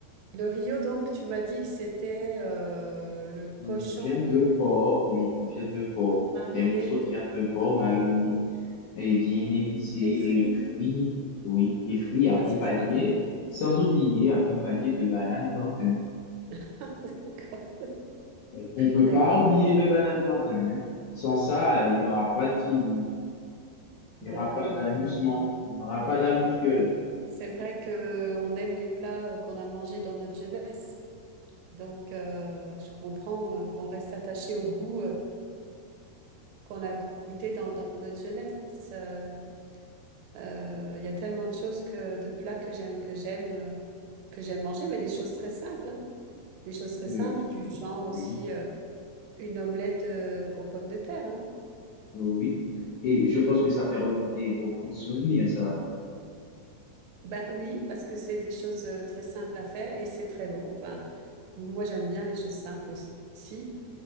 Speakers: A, on the right; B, on the left.
A: Le Rio, donc, tu m'as dit que c'était euh, le cochon
B: Une viande de porc, oui, une viande de porc.
A: mariné
B: Des morceaux de viande de porc marinés et bien épicés et
A: et frit.
B: frits, oui, et frits accompagnés,
A: Ah, c'est ça.
B: sans oublier accompagnés de bananes plantains.
A: <laughs> D'accord,
B: On peut
A: d'accord.
B: pas oublier le banane plantain. hein. Sans ça, euh, il n'y aura pas de feeling, il
A: d'accord.
B: n'y aura pas d'amusement,
A: Ah oui, oui.
B: il n'y aura pas d'amuse-gueule.
A: C'est vrai que euh, on aime les plats euh, qu'on a mangés dans notre jeunesse. Donc, euh, je comprends euh, qu'on reste attaché au goût euh, qu'on a goûté dans, dans notre jeunesse. Euh, Euh, Il y a tellement de choses que, de plats que j'aime, que j'aime, euh, que j'aime manger, mais des choses très simples, hein. Des choses très
B: Euh,
A: simples, du genre aussi
B: oui,
A: euh, une omelette euh, aux pommes de terre, hein.
B: euh, oui. Et je pense que ça fait remonter beaucoup de souvenirs, ça.
A: Ben oui, parce que c'est des choses euh, très simples à faire et c'est très bon. Enfin, moi j'aime bien les choses simples aussi.